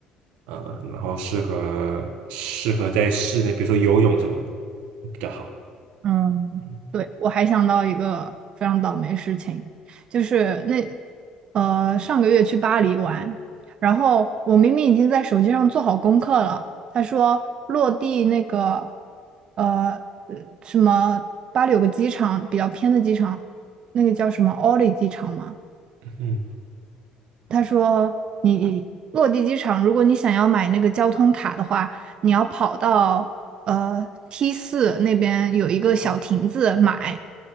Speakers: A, on the right; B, on the right.
A: 嗯，然后适合适合在室内，比如说游泳什么的比较好。
B: 嗯，
A: 嗯
B: 对，我还想到一个非常倒霉的事情，就是那呃上个月去巴黎玩，然后我明明已经在手机上做好功课了，他说落地那个呃呃什么巴黎有个机场比较偏的机场，那个叫什么奥利机场吗？
A: 嗯
B: 他说你落地机场，如果你想要买那个交通卡的话，你要跑到呃 T 四那边有一个小亭子买。